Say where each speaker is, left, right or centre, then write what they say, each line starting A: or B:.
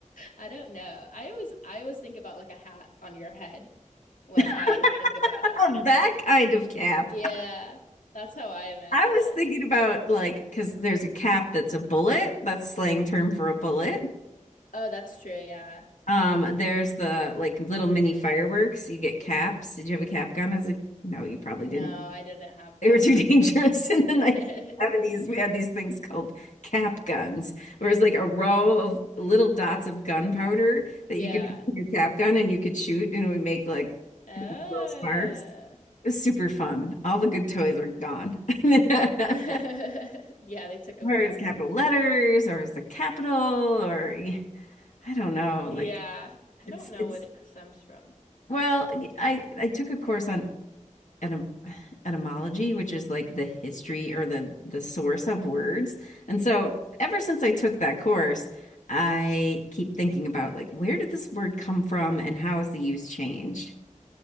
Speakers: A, on the left; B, on the left.
A: I don't know. I always I always think about like a hat on your head when
B: <laughs>
A: I think about it.
B: that kind of cap?
A: Yeah, that's how I imagine
B: I was
A: it.
B: thinking about like because there's a cap that's a bullet, that's slang term for a bullet.
A: Oh, that's true, yeah.
B: Um, there's the like little mini fireworks. You get caps. Did you have a cap gun as a? No, you probably
A: No,
B: didn't.
A: I didn't have
B: They
A: that.
B: were too <laughs> dangerous in the
A: <laughs>
B: 1970s. We had these things called cap guns, where it's like a row of little dots of gunpowder
A: Yeah.
B: that you could put in your cap gun and you could shoot and it would make like
A: Ah.
B: little sparks. It was super fun. All the good toys are gone. <laughs>
A: <laughs> Yeah, they took them
B: Or
A: all
B: it's
A: away.
B: capital letters, or it's the capital, or I don't know.
A: Yeah,
B: Like
A: I
B: it's
A: don't know
B: it's
A: what it stems from.
B: well, I I took a course on etym etymology, which is like the history or the the source of words. And so ever since I took that course, I keep thinking about like where did this word come from and how has the use changed?